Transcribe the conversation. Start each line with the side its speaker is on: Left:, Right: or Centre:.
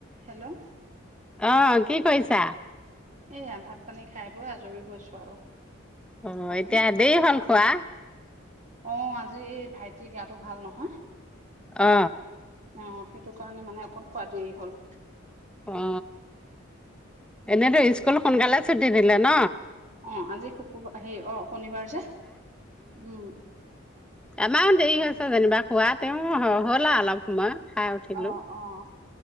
Right: হেল্ল'।
Centre: অ' কি কৰিছা?
Right: এইয়া ভাত পানী খাই বৈ আজৰি হৈছো আৰু।
Centre: অ'
Right: আপুনি
Centre: এতিয়া দেৰি হ'ল খোৱা?
Right: অ' আজি এই ভাইটি গাটো ভাল নহয়।
Centre: অ
Right: অ সেইটো কাৰণে মানে অকণ খোৱা দেৰি হ'ল।
Centre: অ এনেইতো স্কুল সোনকালে ছুটি দিলে ন।
Right: অ আজি শুকুবাৰ হেই অ শনিবাৰ যে উম।
Centre: আমাৰ দেৰি হৈছে যেনিবা খোৱা তেওঁ হ'ল আৰু অলপ সময় খাই উঠিলো।
Right: অ' অ।